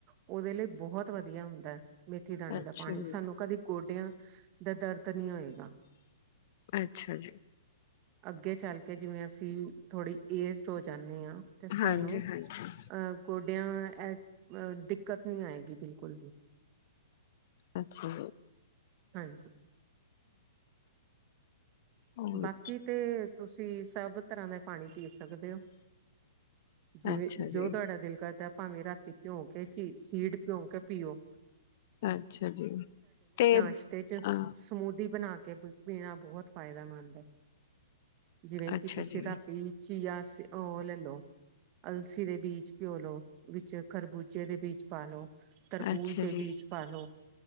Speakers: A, on the right; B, on the left.
A: ਉਹਦੇ ਲਈ ਬਹੁਤ ਵਧੀਆ ਹੁੰਦੀ ਮੇਥੀ ਦਾਣੇ
B: ਅੱਛਾ
A: ਦਾ ਪਾਣੀ ਸਾਨੂੰ
B: ਜੀ
A: ਕਦੇ ਗੋਡਿਆਂ ਦਾ ਦਰਦ ਨਹੀਂ ਹੋਏਗਾ
B: ਅੱਛਾ ਜੀ
A: ਅੱਗੇ ਚੱਲ ਕੇ ਜਿਵੇਂ ਅਸੀਂ ਥੋੜੀ ਏਜਡ ਹੋ ਜਾਂਦੇ ਹਾਂ ਤੇ ਸਾਨੂੰ
B: ਹਾਂਜੀ
A: ਅਹ
B: ਹਾਂਜੀ
A: ਗੋਡਿਆਂ ਅ ਦਿੱਕਤ ਨਹੀਂੀ ਆਏਗੀ ਬਿਲਕੁਲ ਵੀ
B: ਅੱਛਾ ਜੀ
A: ਹਾਂ
B: ਹੋਰ
A: ਬਾਕੀ ਤੇ ਤੁਸੀਂ ਤੁ ਸਭ ਤਰ੍ਹਾਂ ਦਾ ਪਾਣੀ ਦੇ ਸਕਦੇ ਹੋ ਜਿਵੇਂ
B: ਅੱਛਾ
A: ਜੋ
B: ਜੀ
A: ਤੁਹਾਡਾ ਦਿਲ ਕਰਦਾ ਭਾਵੇਂ ਰਾਤੀ ਭਿਉ ਕੇ ਚ ਸੀਡ ਭਿਉਂ ਕੇ ਪੀਓ
B: ਅੱਛਾ ਜੀ ਤੇ
A: ਰਿਸ਼ਤੇ ਚ
B: ਅ
A: ਸਮੂਦੀ ਬਣਾ ਕੇ ਕਿ ਪੀਣਾ ਬਹੁਤ ਫਾਇਦੇਮੰਦ ਹੈ ਜਿਵੇਂ
B: ਅੱਛਾ
A: ਕਿ ਤੁਸੀਂ
B: ਜੀ
A: ਰਾਤੀ ਚੀਆਸੀ ਉਹ ਲਲੋ ਅਲਸੀ ਦੇ ਬੀਜ ਘਿਓਲਓ ਵਿੱਚ ਖਰਬੂਜੇ ਦੇ ਬੀਜ ਪਾ ਲ ਲੋ ਤਰਬੂਜ
B: ਅੱਛਾ
A: ਦੇ
B: ਜੀ
A: ਬੀਜ ਪਾ ਲੋ